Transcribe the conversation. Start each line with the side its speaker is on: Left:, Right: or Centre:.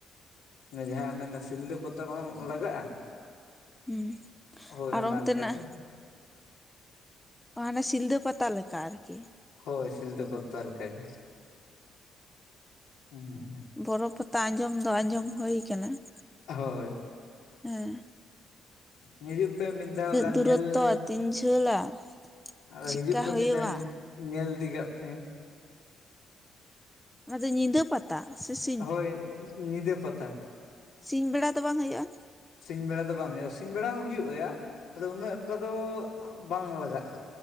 Left: ᱡᱟᱦᱟᱸ ᱚᱱᱮ ᱚᱱᱟ ᱥᱤᱞᱫᱟᱹ ᱯᱟᱛᱟ ᱵᱟᱝ ᱞᱟᱜᱟᱜᱼᱟ
Centre: ᱦᱩᱸ
Left: ᱦᱳᱭ ᱚᱱᱟ
Centre: ᱟᱨ ᱚᱱᱛᱮᱱᱟᱜ
Left: ᱞᱮᱠᱟ ᱜᱮ ᱾
Centre: ᱢᱟᱱᱮ ᱥᱤᱞᱫᱟᱹ ᱯᱟᱛᱟ ᱞᱮᱠᱟ ᱟᱨᱠᱤ ᱾
Left: ᱦᱳᱭ ᱥᱤᱞᱫᱟᱹ ᱯᱟᱛᱟ ᱞᱮᱠᱟ ᱜᱮ ᱦᱮᱸ ᱾
Centre: ᱵᱚᱨᱚ ᱯᱟᱛᱟ ᱟᱸᱡᱚᱢ ᱫᱚ ᱟᱸᱡᱚᱢ ᱦᱩᱭ ᱠᱟᱱᱟ ᱾
Left: ᱦᱳᱭ ᱾
Centre: ᱦᱮᱸ ᱾
Left: ᱦᱤᱡᱩᱜ ᱯᱮ ᱢᱤᱫ ᱫᱷᱟᱣ ᱜᱟᱱ
Centre: ᱫᱩᱨᱚᱛᱛᱚ
Left: ᱧᱮᱞ ᱾
Centre: <inaudible>
Left: ᱟᱫᱚ
Centre: ᱪᱮᱫᱠᱟ
Left: ᱦᱤᱡᱩᱜ ᱯᱮ
Centre: ᱦᱩᱭᱩᱜᱼᱟ
Left: ᱢᱤᱫ ᱫᱷᱟᱣ ᱧᱮᱞ ᱤᱫᱤ ᱠᱟᱜ ᱯᱮ ᱾
Centre: ᱚᱱᱟ ᱫᱚ ᱧᱤᱫᱟᱹ ᱯᱟ ᱛᱟ ᱥᱮ ᱥᱤ
Left: ᱦᱳᱭ ᱧᱤᱫᱟᱹ ᱯᱟᱛᱟ ᱾
Centre: ᱥᱤᱧ ᱵᱮᱲᱟ ᱫᱚ ᱵᱟᱝ ᱦᱩᱭᱩᱜᱼᱟ?
Left: ᱥᱤᱧ ᱵᱮᱲᱟ ᱫᱚ ᱵᱟᱝ ᱦᱩᱭᱩᱜᱼᱟ ᱾ ᱥᱤᱧ ᱵᱮᱲᱟ ᱦᱚᱸ ᱦᱩᱭᱩᱜ-ᱟ ᱟᱫᱚ ᱩᱱᱟᱹᱜ ᱮᱠᱴᱟ ᱫᱚ ᱵᱟᱝ ᱞᱟᱜᱟᱜᱼᱟ ᱾